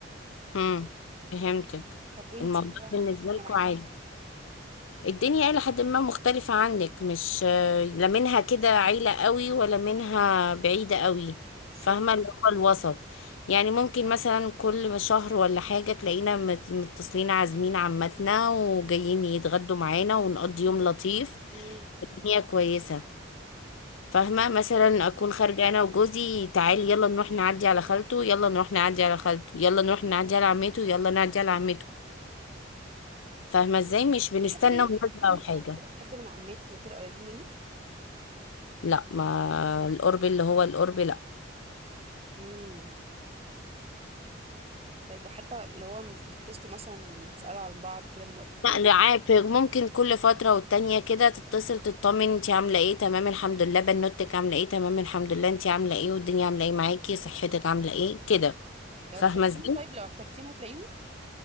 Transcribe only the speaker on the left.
امم
فهمتك
الموضوع
بالنسبة
لكم
عادي الدنيا إلى حد ما مختلفة عنك مش آه، لا منها كده عيلة قوي ولا منها بعيدة قوي
فاهمة اللي هو الوسط يعني ممكن مثلا كل شهر ولا حاجة تلاقينا مت- متصلين عازمين عمتنا وجايين يتغدوا معانا ونقضي يوم لطيف
الدنيا كويسة فاهمة مثلا أكون خارجة أنا وجوزي تعالي يلا نروح نعدي على خالته يلا نروح نعدي على خالته يلا نروح نعدي على عمته يلا نعدي على عمته فاهمة ازاي مش بنستنى
مناسبة
او حاجة
لا ما القرب اللي هو القرب لا
لا ده عارف ممكن كل فترة والتانية كده تتصل تطمن انتي عاملة ايه تمام الحمد لله بنوتك عاملة ايه تمام الحمد لله انتي عاملة ايه والدنيا عاملة ايه معاكي صحتك عاملة ايه كده
فاهمة
ازاي